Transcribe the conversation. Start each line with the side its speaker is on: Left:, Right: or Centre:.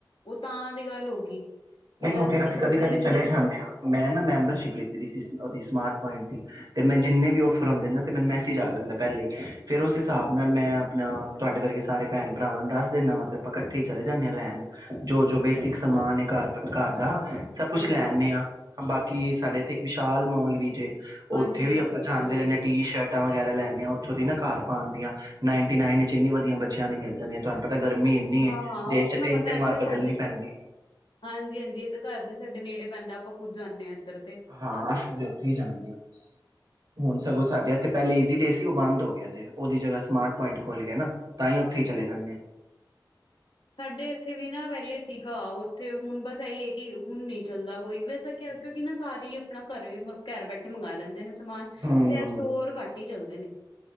Left: ਉਹ ਤਾਂ ਦੀ ਗੱਲ ਹੋ ਗਈ। ਹੁਣ
Right: ਨਹੀਂ
Left: ਜਦੋਂ
Right: ਉਹ
Left: ਤੁਸੀਂ
Right: ਫੇਰ ਅਸੀਂ
Left: ਕਿਧਰ
Right: ਕਦੇ ਕਦੇ
Left: ਗਈ
Right: ਚਲੇ
Left: ਨੀ
Right: ਜਾਂਦੇ ਹਾਂ। ਮੈਂ ਨਾ ਮੈਂਬਰਸ਼ਿਪ ਲਿੱਤੀ ਸੀ। ਸਮਾਰਟ ਪੁਆਇੰਟ ਦੀ ਤੇ ਮੈਂ ਜਿੰਨੇ ਵੀ ਔਫਰ ਆਉਂਦੇ ਨਾ। ਤੇ ਮੈਨੂੰ ਮੈਸੇਜ ਆ ਜਾਂਦਾ ਪਹਿਲੇ ਹੀ। ਫੇਰ ਉਸ ਹਿਸਾਬ ਨਾਲ ਮੈਂ ਆਪਣਾ ਤੁਹਾਡੇ ਵਰਗੇ ਸਾਰੇ ਭੈਣ ਭਰਾਵਾਂ ਨੂੰ ਦੱਸ ਦਿੰਦਾ ਵਾ ਫਿਰ ਆਪਾਂ ਇਕੱਠੇ ਚਲੇ ਜਾਂਦੇ ਹਾਂ ਲੈਣ ਜੋ ਬੇਸਿਕ ਸਮਾਨਏ ਘਰ ਦਾ। ਘਰ ਦਾ ਸਭ
Left: ਹਾਂਜੀ,
Right: ਕੁੱਛ ਲੈਦੇ
Left: ਹਾਂਜੀ,
Right: ਆ ਨੇ ਆ, ਬਾਕੀ ਸਾਡੇੇ ਇੱਕ ਵਿਸ਼ਾਲ ਮੋਲ ਵੀ ਜੇ।
Left: ਹਾਂਜੀ
Right: ਉੱਥੇ ਵੀ
Left: ਉਦੋਂ
Right: ਆਪਾਂ ਜਾਂਦੇ
Left: ਪਤਾ ਮੈਨੂੰ
Right: ਰਹਿੰਦੇ ਹਾਂ। ਟੀ ਸ਼ਰਟਾਂ ਵਗੈਰਾ ਲੈਂਨੇ ਹਾਂ ਉਥੇ। ਨਾ ਘਰ ਪਾਉਣ ਦੀਆਂ ਨਾਈਨਟੀ ਨਾਈਨ ਚ ਇੰਨੀ ਵਧੀਆ ਬੱਚਿਆਂ ਦੀ ਮਿਲ ਜਾਂਦੀਆਂ ਤੁਹਾਨੂੰ ਪਤਾ ਗਰਮੀ ਇੰਨੀ ਹੈ
Left: ਹਾਂ, ਹਾਂ।
Right: ਦਿਨ
Left: ਉਹ
Right: 'ਚ
Left: ਤਾਂ ਮੈਂ
Right: ਤਿੰਨ
Left: ਪਤਾ
Right: ਤਿੰਨ
Left: ਇੱਥੇ
Right: ਵਾਰ ਬਦਲਣੀ
Left: ਸਾਡੇ,
Right: ਪੈਂਦੀ ਹੈ
Left: ਹਾਂਜੀ, ਹਾਂਜੀ। ਤੇ ਘਰ ਵੀ ਨੇੜੇ ਪੈਂਦਾ ਆਪਾਂ ਖ਼ੁਦ ਜਾਂਨੇ ਹਾਂ। ਇੱਧਰ ਤੇ
Right: ਹਾਂ। ਅਸੀਂ ਵੀ ਉੱਥੇ ਹੀ ਜਾਂਦੇ ਹਾਂ। ਹੁਣ ਸਗੋਂ ਸਾਡੇ ਇੱਥੇ ਪਹਿਲਾਂ ਈਜੀ-ਡੇ ਸੀ। ਉਹ ਬੰਦ ਹੋ ਗਿਆ ਜੇ ਉਹਦੀ ਜਗ੍ਹਾ ਸਮਾਰਟ ਪੁਆਇੰਟ ਖੁੱਲ ਗਿਆ ਨਾ ਤਾਂ ਹੀ ਉੱਥੇ ਹੀ ਚਲੇ ਜਾਂਦੇ ਆ।
Left: ਸਾਡੇ ਇੱਥੇ ਵੀ ਨਾ ਪਹਿਲੇ ਸੀਗਾ। ਉੱਥੇ ਹੁਣ ਬਸ ਈ ਹੈ ਕਿ ਹੁਣ ਨੀ ਚੱਲਦਾ ਕੋਈ। ਵੈਸੇ ਸਕਿਆ
Right: ਹਮ
Left: ਕਿਉਂਕਿ ਨਾ ਸਾਰੀ। ਆਪਾ ਵੀ ਘਰ ਬੈਠੇ ਮੰਗਵਾ ਲੈਂਦੇ ਆ। ਸਮਾਨ ਤੇ
Right: ਹਮ
Left: ਸਟੋਰ ਘੱਟ ਹੀ ਘੱਟ ਹੀ ਚੱਲਦੇ ਨੇ।